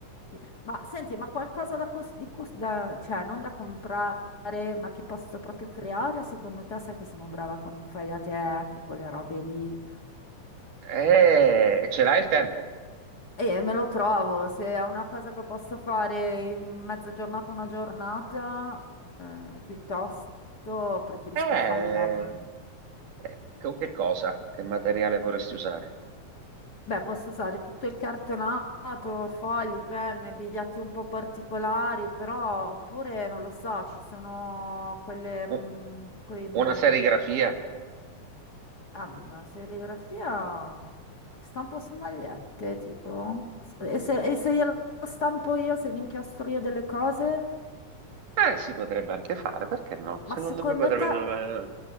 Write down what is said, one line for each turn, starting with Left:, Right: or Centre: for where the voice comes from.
Left: Sì. Ma senti, ma qualcosa da, cos- di cos- da- cioè non da comprare, ma che posso proprio creare? Secondo te, sai che sono brava con il fai da te, con quelle robe lì?
Right: eh, e ce l'hai il tempo?
Left: E me lo trovo, se è una cosa che posso fare in mezza giornata, una giornata, eh, piuttosto preferisco
Right: Eh,
Left: fargliela a mano.
Right: eh, con che cosa? Che materiale vorresti usare?
Left: Beh, posso usare tutto il cartonato, fogli, penne, biglietti un po' particolari, però oppure non lo so, ci sono quelle, mm,
Right: U-
Left: quei, mm,
Right: Una serigrafia?
Left: ah, una serigrafia stampo su magliette, tipo. E se, e se glielo stampo io, se ne inchiostro io delle cose?
Right: Eh, si potrebbe anche fare, perché no? Secondo
Left: Ma secondo
Right: me potrebbe...
Left: te